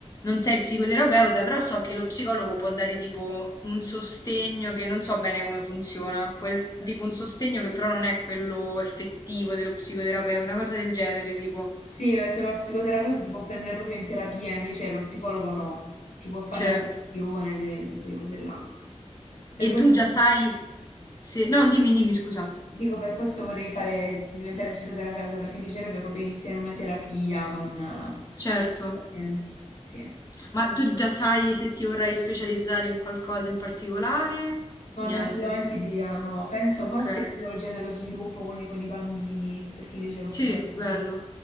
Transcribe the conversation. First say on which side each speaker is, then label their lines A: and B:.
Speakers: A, on the left; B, on the left.
A: non sei psicoterapeuta, però so che lo psicologo può dare tipo un sostegno che non so bene come funziona. Può dare tipo un sostegno che però non è quello effettivo dello psicoterapeuta, una cosa del genere, tipo.
B: Sì, perché lo psicoterapeuta ti può prendere proprio in terapia, invece lo psicologo no, ti può fare
A: Certo.
B: la sessione, le- quelle cose là. Per
A: E
B: questo,
A: tu già sai se... No, dimmi, dimmi, scusa.
B: dico, per questo vorrei fare, diventare psicoterapeuta, perché mi piacerebbe proprio iniziare una terapia con eh,
A: Certo.
B: i pazienti. Sì.
A: Ma tu già sai se ti vorrai specializzare in qualcosa in particolare?
B: Non
A: Niente.
B: ne ho assolutamente idea, no. Penso
A: Ok.
B: forse psicologia dello sviluppo, quindi con i bambini, perché mi piace particolarmente.
A: Sì, bello,